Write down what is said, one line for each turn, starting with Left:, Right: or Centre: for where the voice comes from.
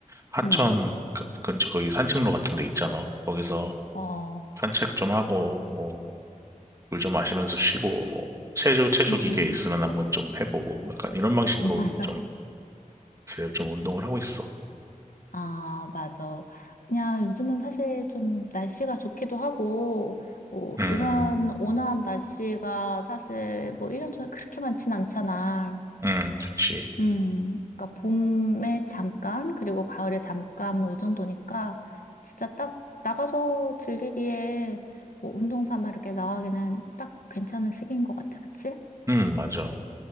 Right: 하천
Left: 음,
Right: 그- 근처 거기 산책로 같은 데 있잖아. 거기서
Left: 어,
Right: 산책 좀 하고, 뭐, 물 좀 마시면서 쉬고 뭐 체조 체조
Left: 음,
Right: 기계 있으면 한번 좀 해보고 약간 이런 방식으로
Left: 음, 맞아.
Right: 좀 요새 좀 운동을 하고 있어.
Left: 아, 맞아. 그냥 요즘은 사실 좀 날씨가 좋기도 하고, 뭐,
Right: 음,
Left: 이런 온화한 날씨가 사실 뭐 1년 중에 그렇게 많진 않잖아.
Right: 음, 그치.
Left: 음, 그러니까 봄에 잠깐, 그리고 가을에 잠깐, 뭐 이 정도니까, 진짜 딱 나가서 즐기기에 뭐 운동 삼아 이렇게 나가기는 딱 괜찮은 시기인 것 같아. 그치?
Right: 음, 맞아.